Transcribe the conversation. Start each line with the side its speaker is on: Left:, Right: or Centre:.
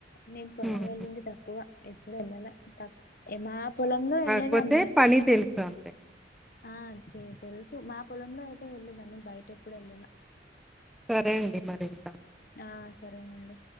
Left: నేను పొలం
Centre: హ్మ్.
Left: వెళ్ళింది తక్కువా ఎప్పుడు వెళ్ళలా త ఏ మా పొలంలో
Centre: కాకపోతే
Left: వెళ్ళేదాన్ని.
Centre: పని తెలుసు అంతే.
Left: ఆ చే తెలుసు మా పొలంలో అయితే వెళ్ళేదాన్ని బయట ఎప్పుడు వెళ్ళలా.
Centre: సరే అండి మరి ఇంకా
Left: ఆ సరే అండి.